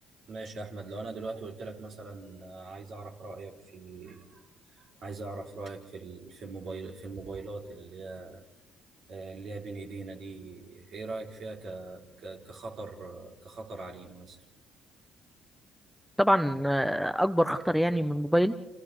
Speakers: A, on the right; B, in the centre.
A: ماشي يا احمد لو انا دلوقتي قلت لك مثلا آه، عايز اعرف رايك في عايز اعرف رايك في ال- في الموبايل في الموبايلات اللي هي آه، اللي هي بين ايدينا دي ايه رايك فيها ك... ك... كخطر آه، كخطر علينا مثلا
B: طبعا آه، اكبر خطر يعني من الموبايل